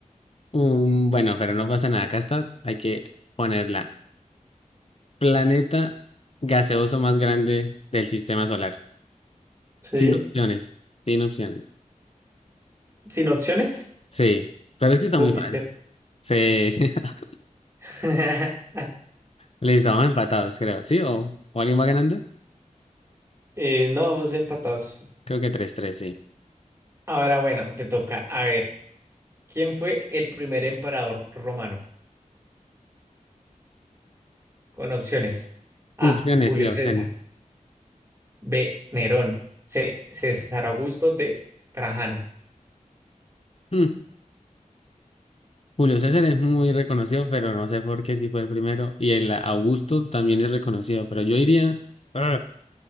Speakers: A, on the left (about 50°); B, on the right (about 20°).
A: Um, bueno, pero no pasa nada. Acá está, hay que ponerla. Planeta gaseoso más grande del sistema solar.
B: Sí.
A: Sin opciones, sin opciones.
B: ¿Sin opciones?
A: Sí, pero es que está
B: Júpiter.
A: muy fácil. Sí, <laughs>
B: <laughs>
A: listo, vamos empatados, creo. ¿Sí? ¿O, o alguien va ganando?
B: Eh, no, vamos empatados.
A: Creo que tres tres sí.
B: Ahora, bueno, te toca. A ver, ¿quién fue el primer emperador romano? Con opciones. A.
A: Opciones,
B: Julio
A: sí, opciones.
B: César. B. Nerón. C. César Augusto. D. Trajano.
A: Mm, Julio César es muy reconocido, pero no sé por qué si fue el primero. Y el Augusto también es reconocido, pero yo diría. ah,